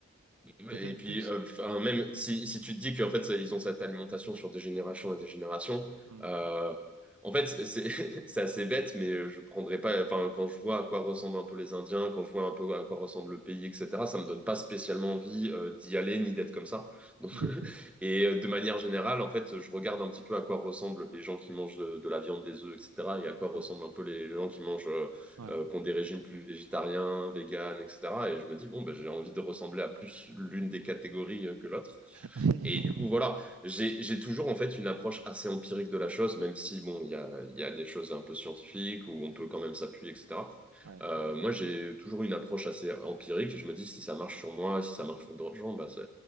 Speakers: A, in the centre; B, on the right.
A: Et
B: Peut-être une
A: puis,
B: puce.
A: euh, enfin, même si, si tu te dis qu'en fait, ça- ils ont cette alimentation sur des générations et des générations,
B: Mm.
A: euh, en fait, c'est <laughs> c'est assez bête, mais je prendrais pas. Enfin, quand je vois à quoi ressemblent un peu les Indiens, quand je vois un peu à quoi ressemble le pays, etc., ça me donne pas spécialement envie euh, d'y aller ni d'être comme ça. Donc,
B: Mhm.
A: <laughs> et euh, de manière générale, en fait, je regarde un petit peu à quoi ressemblent les gens qui mangent de, de la viande, des œufs, etc., et à quoi ressemblent
B: Ouais,
A: un peu les gens qui mangent euh,
B: ouais.
A: euh, qui ont des régimes plus végétariens, véganes, etc. Et je me dis, bon, ben, j'ai envie de ressembler à plus l'une des catégories euh, que l'autre.
B: <laughs> Oui.
A: Et du coup, voilà, j'ai, j'ai toujours en fait une approche assez empirique de la chose, même si, bon, il y a, il y a des choses un peu scientifiques où on peut quand même s'appuyer, etc.
B: Ouais,
A: Euh,
B: ouais,
A: moi, j'ai toujours une approche assez empirique et je me dis, si ça marche sur moi, si ça marche sur d'autres gens, bah, ça-